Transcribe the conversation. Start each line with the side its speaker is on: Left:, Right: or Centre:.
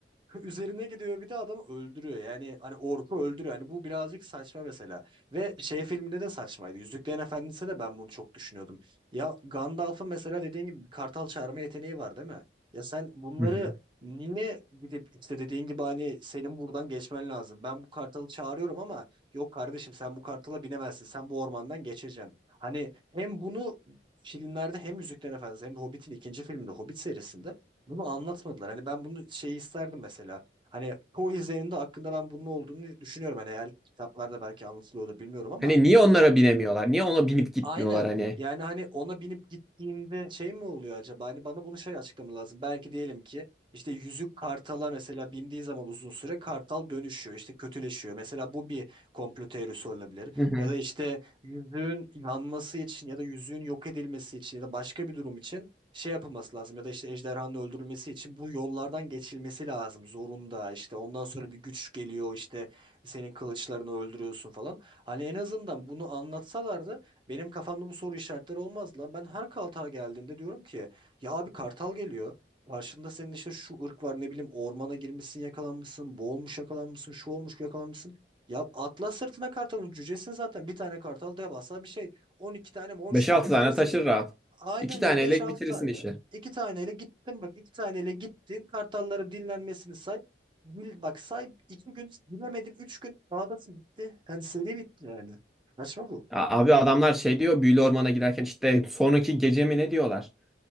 Right: <laughs> Üzerine gidiyor bir de adamı öldürüyor. Yani hani orku öldürüyor. Hani bu birazcık saçma mesela. Ve şey filminde de saçmaydı. Yüzüklerin Efendisi de ben bunu çok düşünüyordum. Ya Gandalf'ın mesela dediğin gibi bir kartal çağırma yeteneği var değil mi? Ya sen bunları
Centre: Hı hı.
Right: niye gidip işte dediğin gibi hani senin buradan geçmen lazım. Ben bu kartalı çağırıyorum ama yok kardeşim sen bu kartala binemezsin. Sen bu ormandan geçeceksin. Hani hem bunu filmlerde hem Yüzüklerin Efendisi hem de Hobbit'in ikinci filminde Hobbit serisinde bunu anlatmadılar. Hani ben bunu şey isterdim mesela. Hani çoğu izlerinde hakkında ben bunun olduğunu düşünüyorum. Hani eğer kitaplarda belki anlatılıyordur bilmiyorum ama
Centre: Hani niye onlara binemiyorlar? Niye ona binip gitmiyorlar
Right: Aynen.
Centre: hani?
Right: Yani hani ona binip gittiğinde şey mi oluyor acaba? Hani bana bunu şey açıklama lazım. Belki diyelim ki işte yüzük kartala mesela bindiği zaman uzun süre kartal dönüşüyor. işte kötüleşiyor. Mesela bu bir komplo teorisi olabilir.
Centre: Hı hı.
Right: Ya da işte yüzüğün yanması için ya da yüzüğün yok edilmesi için ya da başka bir durum için şey yapılması lazım. Ya da işte ejderhanın öldürülmesi için bu yollardan geçilmesi lazım. Zorunda işte ondan sonra bir güç geliyor işte senin kılıçlarını öldürüyorsun falan. Hani en azından bunu anlatsalardı benim kafamda bu soru işaretleri olmaz lan. Ben her Kartal geldiğinde diyorum ki ya abi Kartal geliyor. Karşında senin işte şu ırk var ne bileyim ormana girmişsin yakalanmışsın, boğulmuş yakalanmışsın, şu olmuş yakalanmışsın. Ya atla sırtına kartalın cücesin zaten. Bir tane kartal devasa bir şey. 12 tane mi 13
Centre: 5-6
Right: tane cücesin.
Centre: tane taşır rahat.
Right: Aynen
Centre: 2 taneyle
Right: ya beş altı
Centre: bitirirsin
Right: tane.
Centre: işi.
Right: 2 taneyle gittin bak 2 taneyle gittin. Kartalların dinlenmesini say. Bil bak say 2 gün bilemedin 3 gün dağdasın bitti. Yani seri bitti yani. Saçma bu.
Centre: Ya Abi adamlar şey diyor büyülü ormana girerken işte sonraki gece mi ne diyorlar?